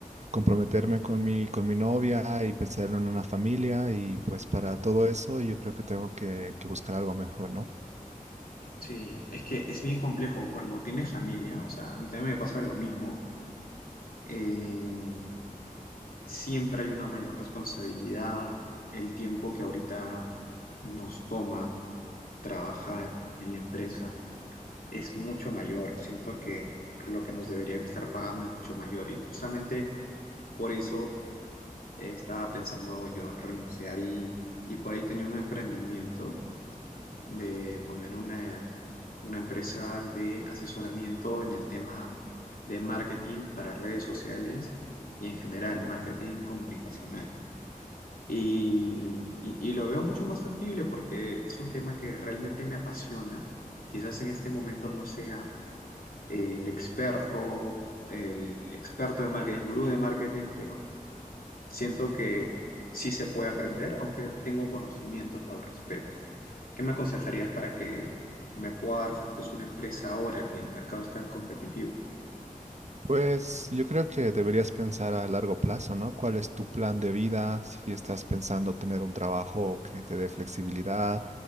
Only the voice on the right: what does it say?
comprometerme con mi, con mi novia y pensar en una familia y pues para todo eso yo creo que tengo que, que buscar algo mejor, ¿no?
Pues yo creo que deberías pensar a largo plazo, ¿no? ¿Cuál es tu plan de vida? Si estás pensando tener un trabajo que te dé flexibilidad